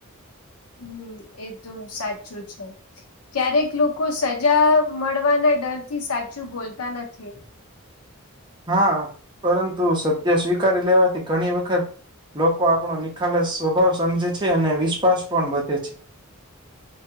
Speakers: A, on the left; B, on the right.
A: હમ એ તો સાચું છે. ક્યારેક લોકો સજા મળવાના ડર થી સાચું બોલતા નથી.
B: હા પરંતુ સત્ય સ્વીકારી લેવાથી ઘણી વખત લોકો આપણો નિખાલસ સ્વભાવ સમજે છે અને વિશ્વાસ પણ વધે છે.